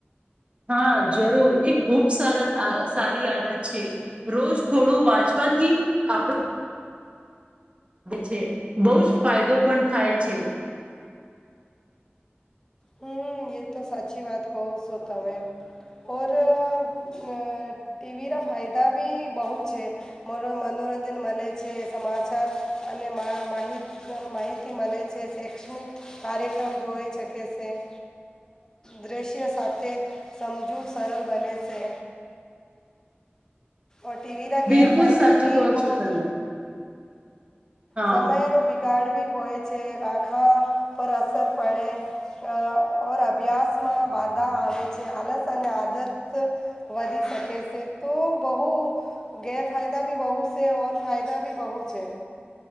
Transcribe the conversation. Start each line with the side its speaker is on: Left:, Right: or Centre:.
Right: હા જરૂર એ ખૂબ સ સારી આદત છે. રોજ થોડું વાંચવાથી આપણું છે, બહુ જ ફાયદો પણ થાય છે.
Left: હમ એ તો સાચી વાત કહો સો તમે, ઓર ટીવી ના ફાયદા બી બહુ છે. મનોરંજન મળે છે સમાચાર અને માહિત માહિતી મળે છે શૈક્ષણિક કાર્યક્રમ જોવે છે કે. તે દૃશ્ય સાથે, સમજવું સરળ બને છે. ઓ ટીવી રા ગેરફાયદા
Right: બિલકુલ સાચું
Left: ભી
Right: કહો
Left: બહ
Right: છો તમે હા
Left: સમયરો બિગાડવી હોય છે, આંખા પર અસર પડે. અ ઓર અભ્યાસમાં બાધા આવે છે, આલસ અને આદત વધી શકે છે તો બહુ. ગેરફાયદા ભી બહુ છે ફાયદા ભી બહુ છે.